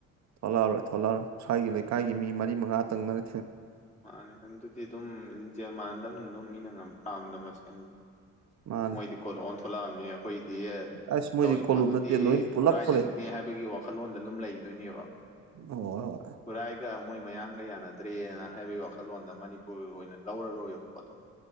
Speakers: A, on the right; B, on the left.
A: ꯊꯣꯂꯛꯑꯔꯣꯏ ꯊꯣꯂꯛꯑꯔꯣꯏ ꯁ꯭ꯋꯥꯒꯤ ꯂꯩꯀꯥꯏꯒꯤ ꯃꯤ ꯃꯔꯤ ꯃꯉꯥ ꯇꯪꯅ
B: ꯃꯥꯅꯦ ꯑꯗꯨꯗꯤ ꯑꯗꯨꯝꯤꯡꯖꯦꯜ ꯃꯥꯟꯅꯗꯝ ꯑꯗꯨꯝ ꯃꯤꯅ ꯉ ꯊꯥꯝꯗ ꯃꯁꯦ <unintelligible>
A: ꯃꯥꯅꯦ
B: ꯃꯣꯏꯗꯤ ꯀꯣꯂꯛꯑꯣꯅ ꯊꯣꯛꯂꯛꯑꯕꯅꯤ ꯑꯩꯈꯣꯏꯗꯤ
A: ꯑꯁ ꯃꯣꯏꯗꯤ
B: ꯇꯧꯔꯤ
A: ꯀꯣꯂꯨꯞ
B: ꯄꯣꯠꯇꯨꯗꯤ
A: ꯅꯠꯇꯦ ꯂꯣꯏ ꯄꯨꯂꯞ
B: ꯈꯨꯔꯥꯏꯪꯒꯤꯅꯦ
A: ꯊꯣꯛꯂꯛꯑꯦ
B: ꯍꯥꯏꯕꯒꯤ ꯋꯥꯈꯜꯂꯣꯟꯗ ꯑꯗꯨꯝ ꯂꯩꯗꯣꯏꯅꯦꯕ
A: ꯍꯣꯏ ꯍꯣꯏ
B: ꯈꯨꯔꯥꯏꯒ ꯃꯣꯏ ꯃꯌꯥꯡꯒ ꯌꯥꯅꯗ꯭ꯔꯦꯅ ꯍꯥꯏꯕꯒꯤ ꯋꯥꯈꯜꯂꯣꯟꯗ ꯃꯅꯤꯄꯨꯔ ꯑꯣꯏꯅ ꯂꯧꯔꯔꯣꯏꯕ ꯄꯣꯠꯇꯣ